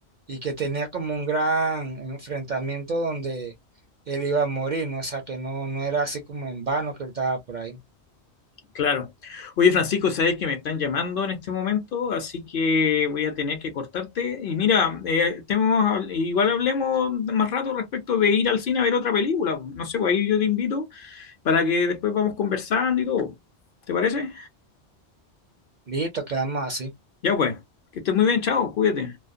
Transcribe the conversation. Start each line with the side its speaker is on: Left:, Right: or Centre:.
Right: y que tenía como un gran enfrentamiento donde él iba a morir, ¿no? O sea, que no, no era así como en vano que él estaba por ahí.
Left: Claro. Oye, Francisco, sabes que me están llamando en este momento, así que voy a tener que cortarte. Y mira, eh, estemos- igual hablemos más rato respecto de ir al cine a ver otra película. No sé, pues ahí yo te invito para que después vamos conversando y todo. ¿Te parece?
Right: Listo, quedamos así.
Left: Ya pues, que estés muy bien, chao, cuídate.